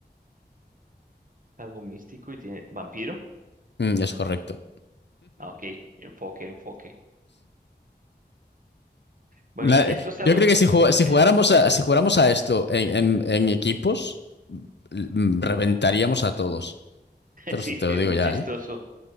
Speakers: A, on the right; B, on the left.
A: algo místico y tiene vampiro.
B: Mm, es correcto.
A: Ah, ok, enfoque, enfoque. Bueno,
B: La-
A: esto es
B: yo
A: algo,
B: creo que si, ju- si
A: <laughs>
B: jugáramos a, si jugáramos a esto en, en- en equipos, mm, reventaríamos a todos. Te lo,
A: sí,
B: te
A: sí,
B: lo digo
A: muy
B: ya,
A: chistoso,
B: ¿eh?